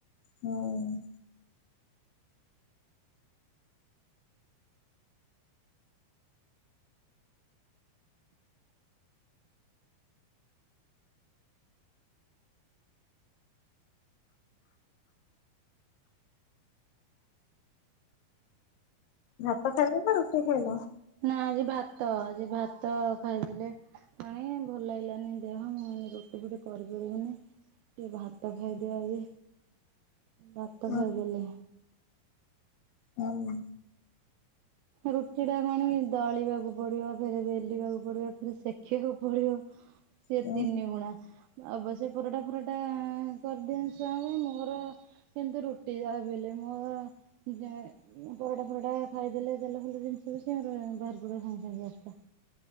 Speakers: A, on the left; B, on the right.
A: ହୁଁ। ଭାତ ଖାଇଲେ ନା ରୁଟି ଖାଇଲ?
B: ନା ଆଜି ଭାତ ଆଜି ଭାତ ଖାଇଦେଲେ ପାଣି ଭଲ ଲାଗିଲାନି ଦେହ, ମୁଁ ଏ ରୋଟି ଫୁଟି କରିପାରିବିନି ଟିକେ ଭାତ ଖାଇଦବା ଆଜି। ଭାତ
A: ହୁଁ।
B: ଖାଇଦେଲେ।
A: ହଉ।
B: ରୁଟି ଟା କୁ ଆଣି ଦଳିବାକୁ ପଡିବ, ଫେରେ ବେଲିବାକୁ ପଡିବ, ଫେରେ ସେଖିବାକୁ ପଡିବ ସେ
A: ହୁଁ
B: ତିନିି ଗୁଣା। ଅବଶ୍ୟ ପରଟା ଫରଟା କରିଦିଅନ୍ତି ଛୁଆ ଙ୍କ ପାଇଁ ମୋର କିନ୍ତୁ ରୁଟି ଯାହାବି ହେଲେ ମୋ ପରଟା ଫରଟା ଖାଇଦେଲେ <unintelligible> ଭଲ ଜିନିଷ କିଛି ମୋର ବାହାରି ପଡିବ ସଙ୍ଗେ ସଙ୍ଗେ ଗ୍ୟାସ୍ ଟା।